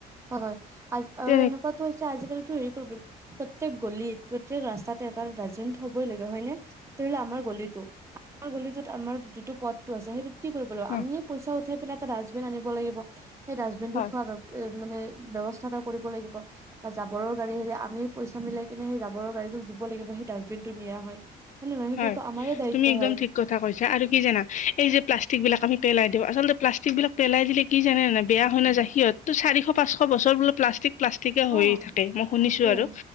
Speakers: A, on the right (about 15°); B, on the left (about 45°).
A: হয় হয় আজ আৰু
B: তেনে
A: এনেকুৱাতো হৈছে আজিকালিটো হেৰি কৰিব প্ৰত্যেক গলিত, প্ৰত্যেক ৰাস্তাতে এটা দাষ্টবিন থবই লাগে হয়নে? ধৰিলে আমাৰ গলিটো আমাৰ গলিটোত আমাৰ যিটো পথটো আছে সেইটো কি কৰিব লো,
B: অ,
A: আমিয়ে পইচা উঠাই পেলাই এটা ডাষ্টবিন আনিব লাগিব সেই ডাষ্টবিনটো
B: হয়
A: থোৱাৰ ব্যৱ এ মানে ব্যৱস্থা এটা কৰিব লাগিব বা জাবৰৰ গাড়ী হেৰি আমি পইচা মিলাই কিনে সেই জাবৰ গাড়ীটোক দিব লাগিব সেই ডাষ্টবিনটো নিয়া হয়। মানে নহয় সেইবোৰতো
B: হয়
A: আমাৰে দায়িত্ব
B: তুমি একদম
A: হয়।
B: ঠিক কথা কৈছে আৰু কি জানা? এই যে প্লাষ্টিকবিলাক আমি পেলাই দিও, আচলতে প্লাষ্টিকবিলাক পেলাই দিলে কি জানে নে বেয়া হয় ন যায় সিহতো চাৰিশ - পাঁচশ বছৰ বোলে প্লাষ্টিক প্লাষ্টিকে
A: অ
B: হৈ থাকে মই শুনিছো
A: সেইটোয়ে
B: আৰু